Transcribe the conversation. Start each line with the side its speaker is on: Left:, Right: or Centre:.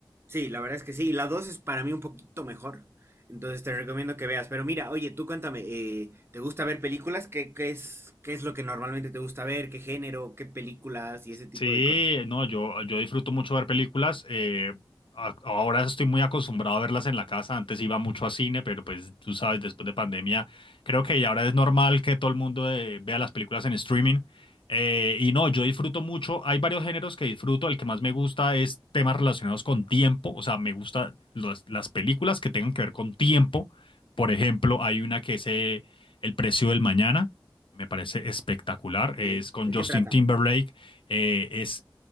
Right: Sí, la verdad es que sí. La 2 es para mí un poquito mejor. Entonces te recomiendo que veas. Pero mira, oye, tú cuéntame, eh, ¿te gusta ver películas? ¿Qué, qué es, qué es lo que normalmente te gusta ver? ¿Qué género? ¿Qué películas? Y ese tipo
Left: Sí,
Right: de cosas.
Left: no, yo, yo disfruto mucho ver películas. eh, a- ahora estoy muy acostumbrado a verlas en la casa. Antes iba mucho a cine, pero pues tú sabes, después de pandemia, creo que ya ahora es normal que todo el mundo eh, vea las películas en streaming. Eh, y no, yo disfruto mucho. Hay varios géneros que disfruto. El que más me gusta es temas relacionados con tiempo. O sea, me gustan las las películas que tengan que ver con tiempo. Por ejemplo, hay una que es eh, El precio del mañana. Me parece espectacular.
Right: Ok. ¿De
Left: Es con Justin
Right: qué trata?
Left: Timberlake eh, es,